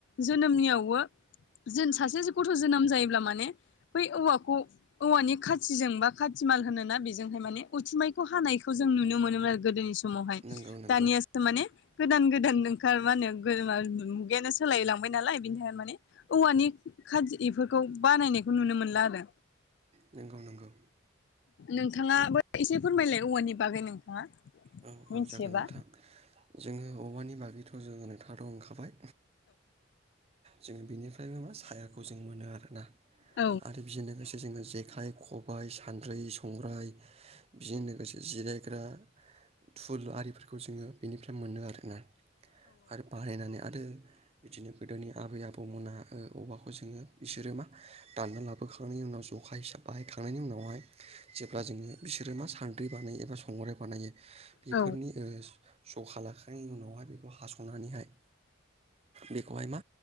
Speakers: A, on the left; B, on the right.
A: जोनोमनियावबो जों सासे गथ' जोनोम जायोब्ला माने बै औवाखौ औवानि खाथिजों बा खाथि माल होनोना बेजोंहाय माने उथुमायखौ हानायखौ जों नुनो मोनोमोन आरो गोदोनि स समावहाय
B: नोंगौ
A: दानियासो माने गोदान गोदान ओंखार मा होनो <unintelligible> मुगायानो सोलायलांबाय नालाय बिनि थाखाय माने औवानि खाजि बेफोरखौ बानायनायखौ नुनो मोनला आरो।
B: नंगौ नंगौ
A: नोंथाङाबो एसे फोरमायलाय औवानि बागै नोंथाङा?
B: औ
A: मिथियोबा
B: औ जागोन नोंथां जोङो औवानि बागैथ' जोंङो नोंथाथ' होनखाबाय जोङो बिनिफ्रायबो मा सायाखौ जों मोनो आरोना
A: औ
B: आरो बेजों लोगोसे जोङो जेखाइ, खबायाइ, सान्द्रै, संग्राय बेजों लोगोसे जिरायग्रा टुल आरिफोरखौ जोङो बेनिफ्राय मोनो आरोना आरो बानायनानै आरो बिदिनो गोदोनि आबै आबौमोना ओ औवाखौ जोङो बिसोरो मा दानना लाबोखांनायनि उनाव जखा हिसाब बाहायखांनायनि उनावहाय जेब्ला जोङो बिसोरो मा सान्द्रि बानायो एबा संग्राय बानायो। बेफोरनि
A: औ
B: ओ जखा लाखांनायनि उनावहाय बेखौ हास'नानैहाय बेखौहाय मा